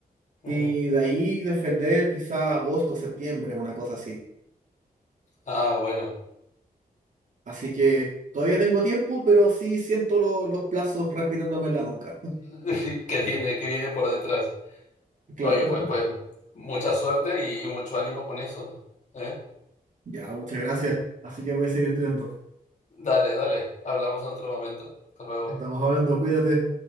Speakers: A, on the left; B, on the right.
A: ujú.
B: y de ahí defender quizá agosto, septiembre, una cosa así.
A: Ah, bueno,
B: Así que todavía tengo tiempo, pero sí siento lo- los plazos respirándome en la nuca.
A: <laughs> que viene, que viene por detrás.
B: <laughs> Claro,
A: Oye, pues, pues, mucha suerte y, y mucho ánimo con eso, ¿eh?
B: ya, muchas gracias. Así que voy a seguir estudiando.
A: Dale, dale, hablamos en otro momento. Hasta luego.
B: Estamos hablando, cuídate.